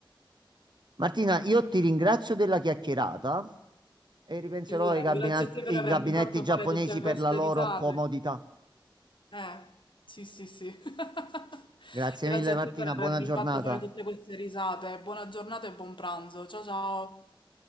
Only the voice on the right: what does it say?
Martina, io ti ringrazio della chiacchierata e ripenserò
ai gabina-
ai
gabinetti
giapponesi
per la loro
comodità.
Grazie
mille, Martina,
buona
giornata.